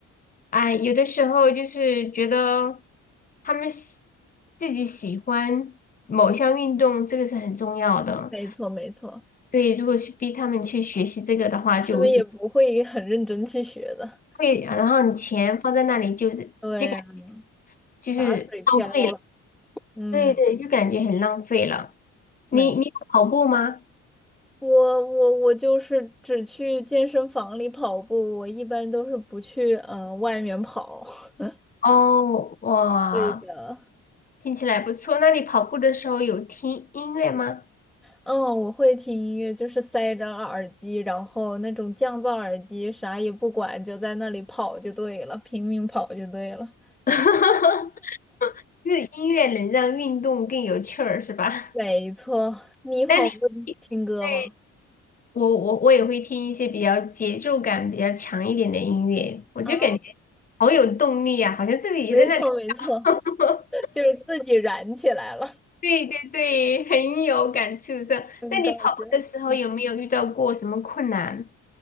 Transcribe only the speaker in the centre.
没错没错，
他们也不会很认真去学的。
对呀，
打水漂了。嗯，
没，
我我我就是只去健身房里跑步，我一般都是不去嗯、呃外面跑。<laughs>
对的，
嗯，我会听音乐，就是塞着耳机，然后那种降噪耳机，啥也不管，就在那里跑就对了，拼命跑就对了。
没错，
你跑步听歌吗？
啊，
没错没错，
<laughs> 就是自己燃起来了。
很搞笑。
嗯，